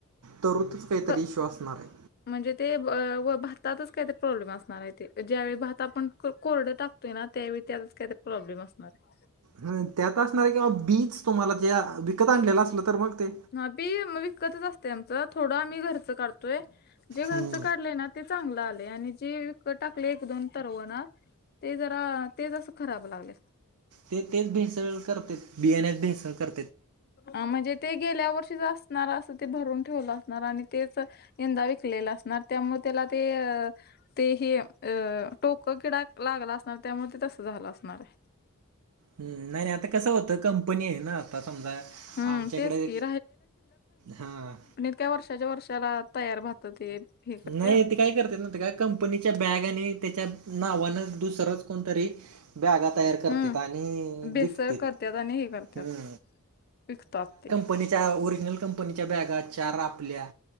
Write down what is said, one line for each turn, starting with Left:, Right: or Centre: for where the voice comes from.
Right: तरुतच काहीतरी
Left: क-
Right: इश्यू असणार हाय.
Left: म्हणजे ते व भातातच काही ते प्रॉब्लेम असणार आहे ते ज्यावेळी भात आपण को कोरड टाक तेना त्यावेळी त्याच काहीतरी प्रॉब्लेम असणार हाय.
Right: हा त्यात असणार किंवा बीच तुम्हाला जे बिकत आणलेलं असलं तर मग ते
Left: ह बी म विकतच असतेय आमच थोडं आम्ही घरच काढतोय जे घरचं
Right: हो
Left: काढलंय ना. ते चांगलं आलय आणि जे विकत टाकलय एक दोन तरव ना ते जरा तेच असा खराब लागल्यात.
Right: ते तेच भेसळ करतेत बियाण्यात भेसळ कर
Left: अ म्हणजे ते गेल्या वर्षीच असणार असं ते भरून ठेवलं असणार आणि तेच. यंदा विकलेला असणार त्यामुळे त्याला ते अ ते हे अ टोक किडाक लागला असणार त्यामुळे ते तसं झालं असणार आहे.
Right: हम्म नाही नाही आता कसं होतं कम कंपनी आहे ना आता समजा
Left: हम्म
Right: आमच्याकडे
Left: तेच की
Right: हां.
Left: त्या वर्षाच्या वर्षाला तयार भारतात हे. करत्यात
Right: नाही ते काय करतेत ना ते काय कम पनीच्या बॅग आणि त्याच्या नावान दुसच कोणतरी. बॅगा तयार करत्यात
Left: हम्म
Right: आणि
Left: बेसर
Right: विकत्यात
Left: करत्यात आणि हे करत्यात
Right: हम्म.
Left: विकतात ते.
Right: पनीच्या ओरिजनल कंपनीच्या बॅगा चार आपल्या